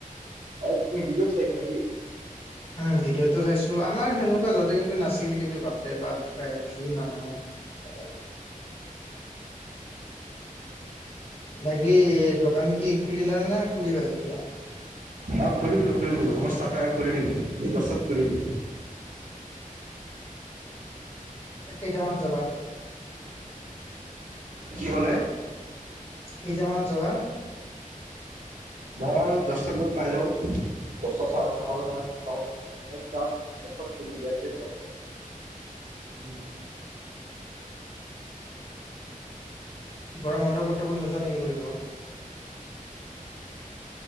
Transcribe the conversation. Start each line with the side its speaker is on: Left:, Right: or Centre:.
Right: অ', তুমি ভিতৰত চাইছা নেকি?
Left: উম, ভিডিঅ'তটো চাইছো আমাৰ সেনেকুৱা যতে কিন্তু নাছিল কিন্তু বাপে বা ভিৰ মানুহত। হয় <unintelligible> বাকী দোকান কি খুলিলা নে খুলিবা এতিয়া?
Right: না খুলিলো খুলি দিলো মোৰ চখে খুলি দিলে এই দশত খুলি দিলে।
Left: অ', কেইটামান যাবা।
Right: কি কলে?
Left: কেইটামানত যাবা।
Right: মই দশটা গৈ পাই যাওঁ দশটা চাৰেটা মাজ ম পাওঁ। মোৰ তাত গছত খুলি দত
Left: উম। গৰম বন্ধ পত্ৰবোৰ নোৱা নে কি কৰিব।